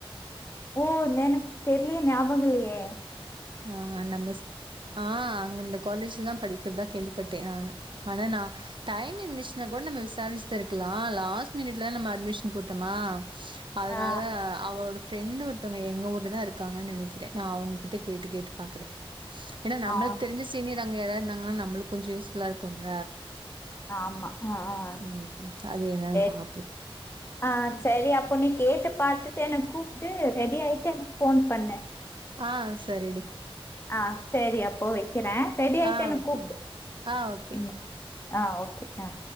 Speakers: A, on the left; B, on the right.
A: ஓ எனக்கு தெரிலயே ஞாபக இல்லையே
B: ஆ ஆ நம்ம ஸ் ஆ அங்க இந்த காலேஜ்ல தா படிக்கிறதா கேள்விப்பட்ட நானு ஆனா நா டைம் இருந்துச்சுனா கூட நம்ம விசாரிச்சுதிருக்கலா லாஸ்ட் மினிட்ல நம்ம அட்மிஷன் போட்டோமா அதனால
A: ஆ
B: அவளோட ஃப்ரெண்ட் ஒருத்தவங்க எங்க ஊர்ல தா இருக்குறாங்கன்னு நினைக்கிறே நா அவங்ககிட் கேட்டு கேட்டு பாக்குறே ஏனா நம்மளுக்கு
A: ஆ
B: தெரிஞ் சினீயர் அங்க யாராது இருந்தாங்கனா நம்மளுக்கு கொஞ்சோ யூஸ் ஃபுல்லா இருக்குல்ல
A: ஆமா ஆ ஆ
B: ம் ம் அது என்னானு
A: ஏ
B: பாப்போ
A: ஆ செரி அப்போ நீ கேட்டு பாத்துட்டு என்ன கூப்டு ரெடி ஆயிட்டு எனக்கு ஃபோன் பண்ணு
B: அ சரி டி
A: அ சரி அப்போ வக்கிறே ரெடி ஆய்ட்டு
B: ஆ
A: என்ன
B: ஓகே
A: கூப்டு
B: ஆ ஓகே
A: ம் அ ஓக்கே அ